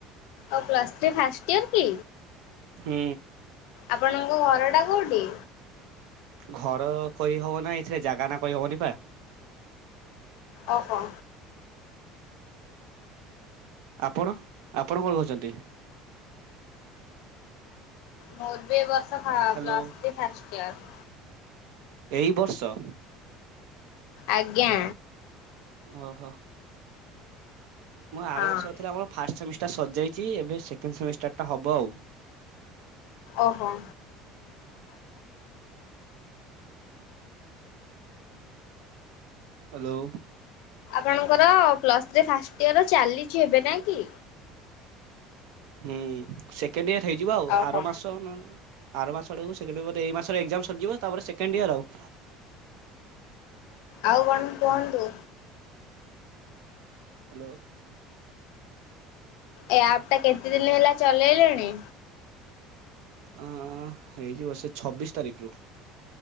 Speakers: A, on the left (about 70°); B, on the right (about 70°).
A: ଓ ପ୍ଲସ ଥ୍ରି ଫାଷ୍ଟ ଇୟର କି।
B: ହୁଁ।
A: ଆପଣଙ୍କ ଘରଟା କୋଉଠି।
B: ଘର କହିହବ ନା ଏଥିରେ ଜାଗା ନା କହିହବନି ପା।
A: ଓହୋ।
B: ଆପଣ ଆପଣ କୋଉଠି ରହୁଛନ୍ତି।
A: ମୋର ବି ବର୍ଷ
B: hello
A: plus three first year.
B: ଏହି ବର୍ଷ।
A: ଆଜ୍ଞା।
B: ଓହୋ ଓହୋ। ମୁଁ ଆର
A: ହଁ
B: ବର୍ଷ ଥିଲା ଆମର ଫାଷ୍ଟ ସେମିଷ୍ଟାର ସରିଯାଇଛି ଏବେ ସେକେଣ୍ଡ ସେମିଷ୍ଟାରଟା ହବ ଆଉ।
A: ଓହୋ ଓହୋ।
B: ହ୍ୟାଲୋ।
A: ଆପଣଙ୍କର ପ୍ଲସ ଥ୍ରି ଫାଷ୍ଟ ଇୟର ଚାଲିଛି ହେବେ ନା କି।
B: ହୁଁ ସେକେଣ୍ଡ ଇୟର ହେଇଯିବ
A: ଓହୋ
B: ଆର ମାସ। ଆର ମାସ ଆଡକୁ ଏଇ ମାସର ଏକ୍ସାମ ସରିିବ ତାପରେ ସେକଣ୍ଡ ଇୟର ଆଉ।
A: ଆଉ କଣ କୁହନ୍ତୁ।
B: ହ୍ୟାଲୋ।
A: ଏ ଆପ୍ ଟା କେତେ ଦିନ ହେଲା ଚଲେଇଲେଣି?
B: ଅଁ, ହେଇଯିବ ସେ ଛବିଶ ତାରିଖରୁ।